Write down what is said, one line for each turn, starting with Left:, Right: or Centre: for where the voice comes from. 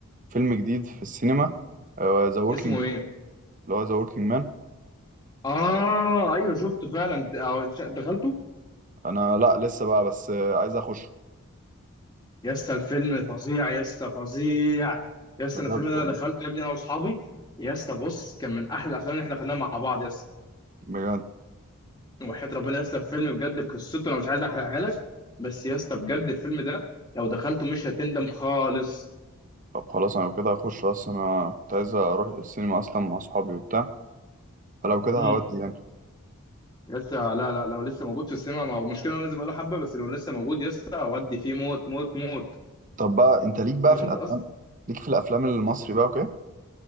Right: فيلم جديد في السينما ذا وركينج
Left: اسمه ايه
Right: اللي هو ذا وركينج مان
Left: اه ايوه شفته فعلا أو- دخلته
Right: انا لا لسه بقى بس آه، عايز اخشه
Left: يا اسطى الفيلم فظيع يا اسطى فظيع يا اسطى
Right: بجد
Left: انا الفيلم ده
Right: آه،
Left: انا دخلته يا ابني انا واصحابي يا اسطى بص كان من احلى الافلام اللي احنا دخلناها مع بعض يا اسطى
Right: بجد
Left: وحياة ربنا يا اسطى الفيلم بجد قصته انا مش عايز احرقها لك بس يا اسطى بجد الفيلم ده لو دخلته مش هتندم خالص
Right: طب خلاص انا لو كده هخش اصلا انا كنت عايز اروح السينما اصلا مع صحابي وبتاع فلو كده
Left: امم
Right: هودي يعني
Left: يا اسطى لا لا لو لسه موجود في السينما ما هو المشكله هو نازل بقاله حبه بس لو لسه موجود يا اسطى اودي فيه موت موت موت
Right: طب بقى انت ليك بقى
Left: مش
Right: في الافلام
Left: انت اصلا
Right: ليك في الافلام المصري بقى اوكي